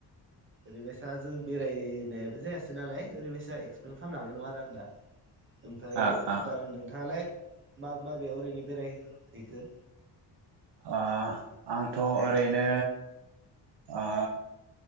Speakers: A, on the right; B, on the right.
A: ओरैबायसा जों बेरायनायाबो जायासै नालाय ओरैबायसा एक्सप्लेन खालामनो हानाय नङा आरो आं दा ओमफ्राय
B: आ आ
A: दा नोंथाङालाय मा माबेयाव ओरैनो बेरायहैखो?
B: आ आंथ' ओरैनो ओ